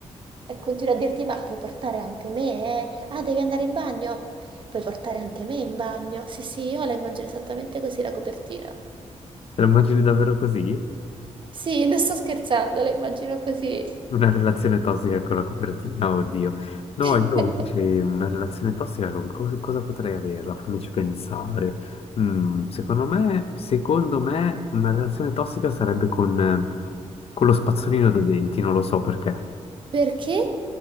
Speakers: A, on the right; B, on the left.
A: E continuo a dirti, ma puoi portare anche me, eh? Ah, devi andare in bagno? Puoi portare anche me in bagno? Sì, sì, io la immagino esattamente così la copertina.
B: Te la immagini davvero così?
A: Sì, non sto scherzando, la immagino così.
B: Una relazione tossica con la copertina, oddio. No,
A: <laughs>
B: io invece una relazione tossica con cos- cosa potrei averla? Fammici pensare. Mm, secondo me, secondo me una relazione tossica sarebbe con, eh, con lo spazzolino da denti, non lo so perché.
A: Perché?